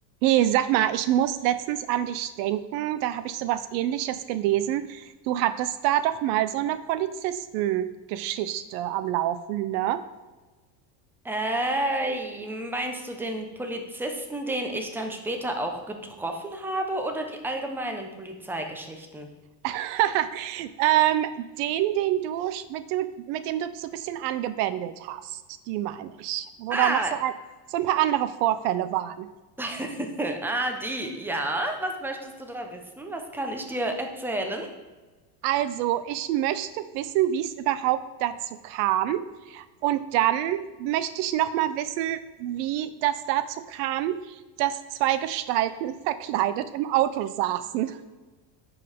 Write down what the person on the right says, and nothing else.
Hey, sag mal, ich muss letztens an dich denken. Da habe ich sowas Ähnliches gelesen. Du hattest da doch mal so eine Polizistengeschichte am Laufen, ne?
<laughs> Ähm, den, den du, sch- mit du, mit dem du so ein bisschen angebändelt hast, die meine ich. Wo
da noch so ein, so ein paar andere Vorfälle waren.
Also, ich möchte wissen, wie es überhaupt dazu kam. Und dann möchte ich noch mal wissen, wie das dazu kam, dass zwei Gestalten <laughs> verkleidet im Auto saßen.